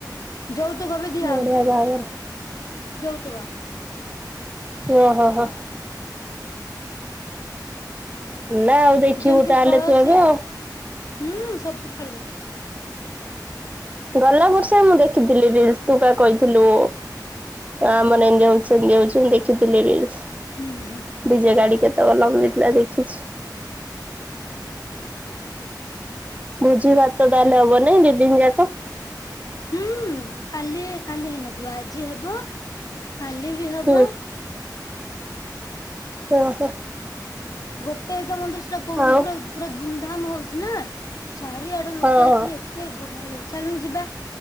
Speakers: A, on the left; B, on the right.
A: ଯୋଉତୁକ ବି ଦିଆ
B: ବଢିଆ
A: ହଉଚି
B: ବାହାଘର
A: ଯୋଉତୁକ।
B: ଓ ହୋ ହୋ। ସୁନା ଆଉ ଦେଖିବୁ
A: ଯେମିତି
B: ତାହେଲେ
A: କଳସି
B: ତୁ ଏବେ
A: ଏ
B: ଆଉ
A: ହୁଁ ସବୁ ଥର <unintelligible>
B: ଗଲା ବର୍ଷ ମୁଁ ଦେଖିଥିଲି ରିଲସ ତୁ ବା କଇଥିଲୁ ହଁ ଆମର ଏମିତି ହଉଚି ସେମିତି ହଉଚି ମୁଁ ଦେଖିଥିଲି ରିଲସ।
A: ହୁଁ ହୁଁ
B: ଡିଜେ ଗାଡି କେତେକ ଲମ୍ବିଥିଲା ଦେଖିଛି। ଭୋଜି ଭାତ ତାହେଲେ ହବନାଇଁ ଦି ଦିନ ଯାକ?
A: ହୁଁ କାଲି କାଲି ହେଇନଥିବ ଆଜି ହେବ କାଲି ବି ହବ।
B: ହୁଁ ଓ ହୋ।
A: ଗୋଟେ ଏକା ମନ୍ଦିର ସେଟା କୋଉ
B: ଆଉ
A: ପୁରା ପୁରା ଧୁମଧାମ ହଉଚି ନା। ଚାରିଆଡୁ ଲୋକ
B: ହଁ ହଁ
A: ଆସିକି ଏତେ ଗହଳି ଚାଲୁନୁ ଯିବା।